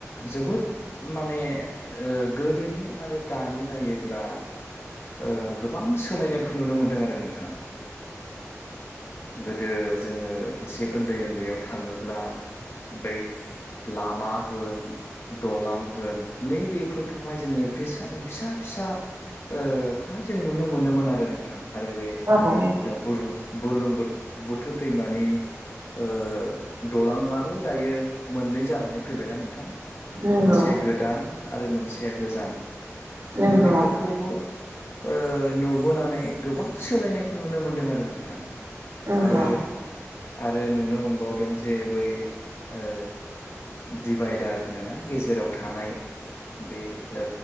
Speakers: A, on the left; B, on the right.
A: जोबोद माने ओ गोदोनि आरो दानि नायोब्ला ओ गोबां सोलायनायखौ नुनो मोनदों आरो नोंथां। गोदो जोङो एसे ओन्दै ओन्दैयाव थाङोब्ला बै लामा होन दलां होन नैबेफोरखौहाय जोङो फेसा फिसा फिसा ओ खौहाय जों नुनो मोनोमोन आरो नोंथां आरो बे
B: <unintelligible>
A: बुरलुं बुरलुंबुथ बुथुर दैमानि ओ दलाङाबो दायो मोननै जानानै फैबायना नोंथां।
B: नंगौ
A: मोनसेया गोदान आरो मोनसेया गोजाम माने
B: नंगौ
A: बेफोरखौ ओ नुबोनानै गोबां सोलायनायखौ नुनो मोनदों आरो नोंथां
B: नंगौ
A: आरो आरो नुनो मोनबावदों जे बै ओ दिभाइदार होनोना गेजेराव थानाय
B: <unintelligible> <inaudible>
A: बे ओ